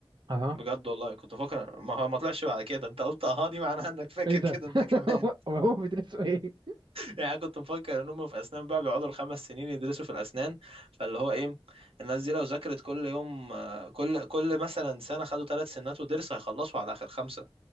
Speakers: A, on the right (about 55°); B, on the right (about 80°).
A: اها
B: بجد والله كنت مفكر ما هو ما طلعش بعد كده انت قلت اه دي معناها انك فاكر
A: ايه ده
B: كده
A: <laughs>
B: انت كمان
A: هو هو بيدرسوا ايه
B: يعني انا كنت مفكر ان هم في اسنان بقى بيقعدوا الخمس سنين يدرسوا في الاسنان فاللي هو ايه الناس دي لو ذاكرت كل يوم آه، كل كل مثلا سنه خدوا ثلاث سنات ودرس هيخلصوا على اخر خمسه